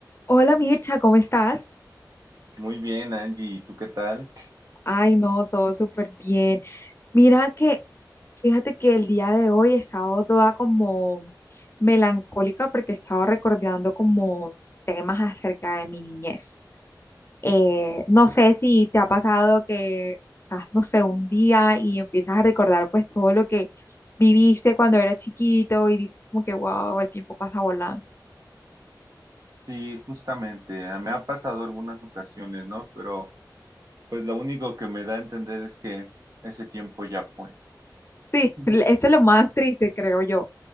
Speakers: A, on the left; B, on the right.
A: Hola Mircha, ¿cómo estás?
B: Muy bien, Angie, ¿y tú qué tal?
A: Ay, no, todo súper bien. Mira que, fíjate que el día de hoy he estado toda como melancólica porque he estado recordando como temas acerca de mi niñez. Eh, no sé si te ha pasado que estás, no sé, un día y empiezas a recordar pues todo lo que viviste cuando eras chiquito y dices como que, wow, el tiempo pasa volando.
B: Sí, justamente, a- me ha pasado algunas ocasiones, ¿no? Pero pues lo único que me da a entender es que ese tiempo ya fue.
A: Sí,
B: <laughs>
A: <laughs> esto es lo más triste, creo yo.